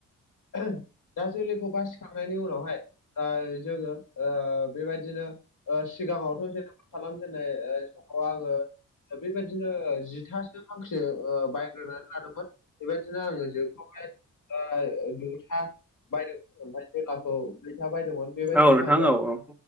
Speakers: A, on the left; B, in the centre.
A: <unintelligible> दा जोलैखौ बासिखांनायनि उनावहाय दा जोङो ओ बेबायदिनो सिगाङावथ' जेनेबा खालामजेननाय ओ आङो बेबायदिनो जि थासो हांसो बाय ग्रोनानै लादोंमोन बेबायदिनो आङो जोखौहाय गुथा बायदोंमोन ओमफ्राय जोलाखौ ब्रैथा बायदोंमोन बेबायदिनो
B: औ नोंथां
A: आङो
B: औ नोंथां औ नोंथां औ नोंथां औ नोंथां औ नोंथां औ औ नोंथां औ